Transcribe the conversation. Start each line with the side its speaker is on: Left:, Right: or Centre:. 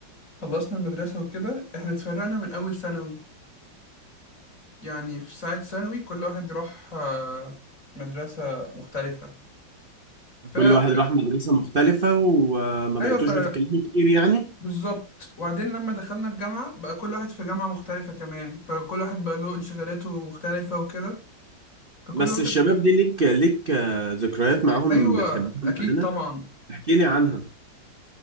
Left: خلصنا المدرسه وكده احنا اتفرقنا من اول ثانوي يعني في ساعه ثانوي كل واحد راح آه، مدرسه مختلفه فا
Right: كل واحد راح مدرسه مختلفه وما
Left: ايوه
Right: بقيتوش
Left: ف
Right: بتتكلموا كتير يعني
Left: بالظبط وبعدين لما دخلنا الجامعه بقى كل واحد في جامعه مختلفه كمان فكل واحد بقى له انشغالاته مختلفه وكده فكل
Right: بس
Left: واحد
Right: الشباب دي ليك ليك آه، ذكريات معاهم
Left: ايوه
Right: بتحبهم
Left: اكيد
Right: معانا
Left: طبعا
Right: احكي لي عنها